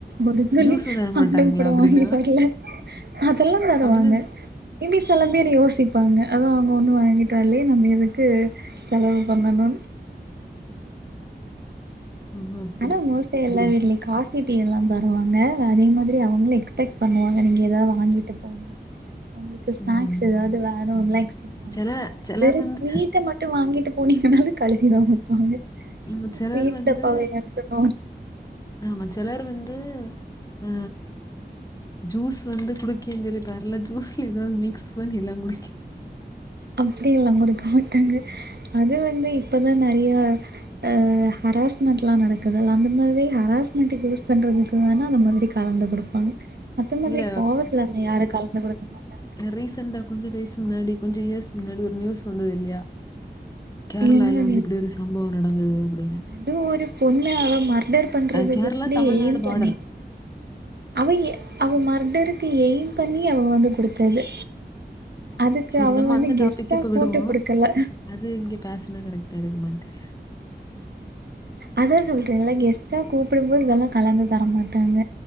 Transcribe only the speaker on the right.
ஒரு கருங்கொலி
அண்டம் கூட
வாங்கி வரல அதெல்லா தருவாங்க
எங்களுக் சில பேரு யோசிப்பாங்க அதா அவங்க ஒண்ணு வாங் கிட்டு வர்லே நம்ம எதுக்கு செலவு பண்ணணு
ஆனா மோஸ்ட்டா எல்லா
வீடுலக்கா காபி டீ எல்லா தருவாங்க அதே மாதிரி அவங்களு எக்ஸ்பெக்ட் பண்ணுவாங்க நீங்க எதாவது வாங்கிட்டு போனு உங்களுக்கு ஸ்நாக்ஸ்
ஏதாவது வேணும்லா எக்ஸ்பெக்ட் பண்ணுவாங்க
வெறு
ஸ்வீட்ட மட் டு வாங்கிட்டு போனீங்ன்னால கழுவிதா ஊத்துவங்க
ஸ்வீட்
டப்பாவையா <unintelligible>
அப்டியெல்லா குடுக்க மாட்டாங்க அது வந்து இப்பதா நெறைய ஆ ஹராஸ்மெண்ட்லா நடக்குது அந்த மாதிரி ஹராஸ்மென்ட்க்கு யூஸ் பண்றதுக்கு வேணா அந்த மறுப்டி கலந்து குடுப்பாங்க அத்த மாதிரி
கோவத்துல வந்து யாரோ கலந்து குடுக்க மாட்டா
என்ன
அதுவு ஒரு பொண்ண அவ மர்டர் பண்றதுக்கு
வந்து
எயிம் பண்ணி
அவங்க அவ மர்டருக்கு எயிம் பண்ணி அவ வந்து குடுத்தது அதுக்கு
அவ
வந்து
கிஃப்ட்டா
கூப்ட்டு
குடுக்கல
அதா சொல்றீங்ல்ல கெஸ்ட்டா கூப்டும்போது இதெல்லா கலந்து தரமாட்டாங்க